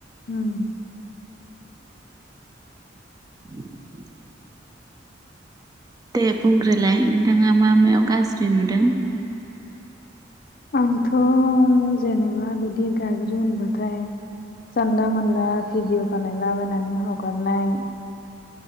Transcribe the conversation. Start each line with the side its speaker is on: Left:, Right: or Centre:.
Left: ओम
Right: <inaudible> दे बुंग्रोलाय नोंथाङा मा मायाव गाज्रि नुदों
Left: आंथ' जेनेबा बिदि गाज्रि होनबाथाय जानला मोनला भिडिअ बानायलाबायनानै हगारनाय